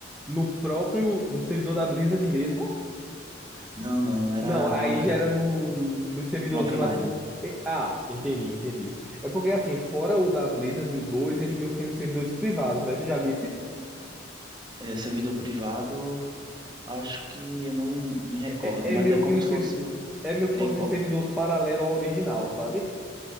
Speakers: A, in the centre; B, on the right.
A: no próprio, no servidor da Blizzard mesmo?
B: Não, não, era
A: Não, aí
B: uma versão
A: já era no, no servidorzinho
B: um offline.
A: assim. E- Ah, entendi, entendi. É porque assim, fora o da Blizzard e o 2 ele meio que tem os servidores privados, né? Tu já viu
B: É, servidor privado, acho que eu não me, me recordo,
A: É,
B: mas
A: é meio
B: é como
A: que um
B: se
A: servi-
B: fosse.
A: é meio que
B: É,
A: fosse
B: co-
A: um servidor paralelo ao original, sabe?